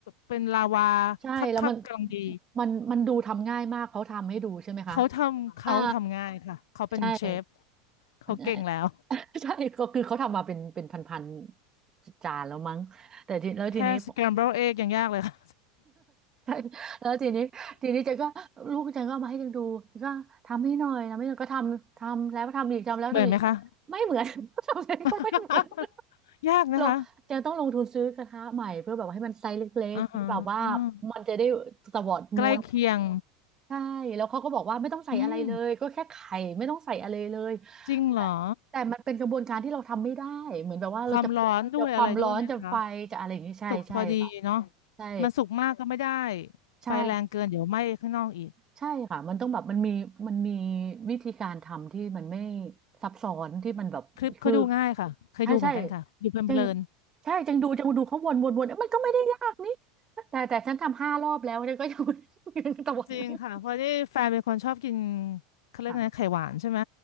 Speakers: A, on the left; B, on the right.
A: เป็นลาวา
B: ใช่แล้วมัน
A: คักๆกำลังดี
B: มันมันดูทำง่ายมากเขาทำให้ดูใช่ไหมคะ
A: เขาทำเขาทำง่ายค่ะเขาเป็นเชฟ
B: อ่าใช่
A: เขาเก่งแล้ว
B: ใช่ <laughs> ใช่ก็คือเขาทำมาเป็นเป็นพันๆจานแล้วมั้งแต่ทีแล้วทีนี้ผม
A: แค่ scramble
B: <laughs>
A: egg ยังยากเลยค่ะ
B: ใช่แล้วทีนี้ทีนี้เจนก็ลูกเจนก็เอามาให้เจนดูก็ทำให้หน่อยทำให้หน่อยก็ทำทำแล้วทำอีกทำแล้วทำอีก
A: <laughs> เหมือนไหมคะ
B: ไม่เหมือน <laughs> ทำเองก็ไม่เหมือน
A: <laughs> ยากนะคะ
B: เราเจนต้องลงทุนซื้อกระทะใหม่เพื่อแบบว่าให้มันไซส์เล็กๆที่แบบว่า
A: อ่าฮะ
B: มันจะได้สวอดม้วน
A: ใกล้เคียง
B: ใช่แล้วเขาก็บอกว่าไม่ต้องใส่อะไรเลยก็แค่ไข่ไม่ต้องใส่อะไรเลย
A: อืมจริงเหรอ
B: แต่แต่มันเป็นกระบวนการที่เราทำไม่ได้เหมือนแบบว่าเราจะพลิกจะความร้อนจะไฟจะอะไรอย่างนี้ใช่ใช่ค่ะ
A: ความร้อนด้วยอะไรด้วยไหมคะสุกพอดีเนาะ
B: ใช่
A: มันสุกมากก็ไม่ได้
B: ใช่
A: ไฟแรงเกินเดี๋ยวไหม้ข้างนอกอีก
B: ใช่ค่ะมันต้องแบบมันมีมันมีวิธีการทำที่มันไม่ซับซ้อนที่มันแบบคือ
A: คลิปเขาดูง่ายค่ะเคยดูเหมือนกันค่ะดูเพลิน
B: ใช่ใช่จึงใช่จึงดูจึงดูเขาวนวนวนเอ้ยมันก็ไม่ได้ยากนี่แต่แต่ฉันทำห้ารอบแล้วเนี่ยก็ยัง <laughs> ยังตะวันไม่มา
A: ๆจริงค่ะเพราะที่แฟนเป็นคนชอบกินเขาเรียกไงไข่หวานใช่ไหม
B: ค่ะ